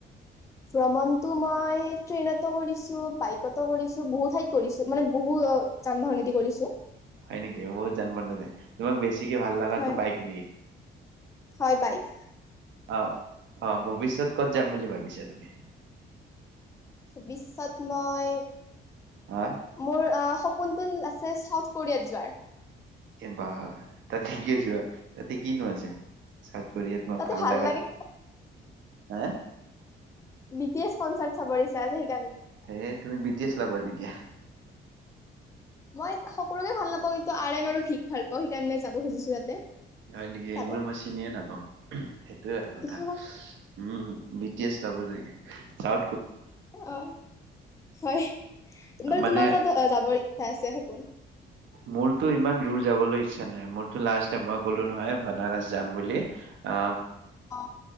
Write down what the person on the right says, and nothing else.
হয় নেকি বহুত জানিব নতে তোমাক বেছি বেছিকে ভাল লগাগাটোো
বাইকে
আহ আহ ভৱিষ্যত কত যাম বুলি ভাবিছা তুমি
হা
এই বা তাতেকে যোৱা তাতে কিনো আছে চাট কৰি তোমাক
ভাল লগাগা
হে
হে তুমি বিটিছ লভাৰ নেকি
হয় নেকি
এইবোৰ মই চিনিয়ে নাপাওঁ সেইটোয়ে এক
কথা উম বি টি এছ লব লাগে চাউ
মানে
মোৰতো ইমান দূৰ যাবলৈ ইচ্ছা নাই মোৰতো লাষ্ট মই ক'লো নহয় বনাৰস যাম বুলি অ